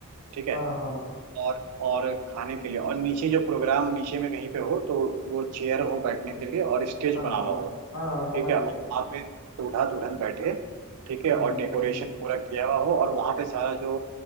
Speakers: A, on the right; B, on the left.
A: ठीक है
B: हाँ हाँ
A: और और खाने के लिए और नीचे जो प्रोग्राम नीचे में कहीं पे हो तो वो चेयर हो बैठने के लिए और स्टेज
B: हाँ
A: बना हुआ
B: हाँ
A: हो
B: हाँ हाँ समझ
A: ठीक है
B: गया
A: और वहाँ पे दूल्हा दुल्हन बैठे ठीक है
B: हम्म
A: और डेकोरेशन
B: हम्म
A: पूरा किया हुआ हो और वहाँ पे सारा जो